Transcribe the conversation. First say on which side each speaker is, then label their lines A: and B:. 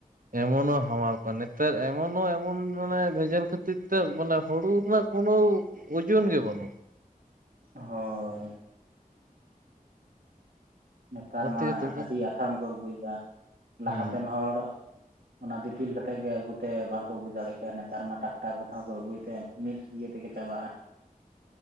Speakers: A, on the right; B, on the right.
A: ᱮᱢᱚᱱ ᱦᱚᱸ ᱦᱟᱢᱟᱞ ᱠᱚᱭᱟ ᱱᱮᱛᱟᱨ ᱮᱢᱚᱱ ᱦᱚᱸ ᱮᱢᱚᱱ ᱢᱟᱱᱮ ᱵᱷᱮᱡᱟᱞ ᱠᱷᱟᱹᱛᱤᱨ ᱛᱮ ᱢᱟᱱᱮ ᱦᱩᱲᱩ ᱨᱮᱱᱟᱜ ᱠᱳᱱᱳ ᱳᱡᱚᱱ ᱜᱮ ᱵᱟᱹᱱᱩᱜ᱾
B: ᱦᱳᱭ ᱱᱮᱛᱟᱨ ᱢᱟ
A: ᱛᱮᱜᱮ ᱛᱚ
B: ᱟᱹᱰᱤ ᱟᱛᱷᱟᱢ ᱠᱚ ᱟᱹᱜᱩᱭ ᱮᱫᱟ ᱾ ᱞᱟᱦᱟ
A: ᱦᱩᱸ
B: ᱛᱮᱱ ᱦᱚᱲ ᱚᱱᱟ ᱫᱤᱯᱤᱞ ᱠᱟᱛᱮᱫ ᱜᱮ ᱟᱹᱜᱩ ᱛᱮ ᱵᱟᱝᱠᱚ ᱟᱹᱜᱩ ᱫᱟᱲᱮ ᱠᱮᱭᱟ ᱱᱮᱛᱟᱨ ᱢᱟ ᱴᱟᱠᱴᱟᱨ ᱠᱚ ᱴᱷᱟᱶ ᱠᱚ ᱟᱹᱜᱩᱭ ᱛᱮ ᱢᱤᱫ ᱤᱭᱟᱹ ᱛᱮᱜᱮ ᱪᱟᱵᱟᱜᱼᱟ᱾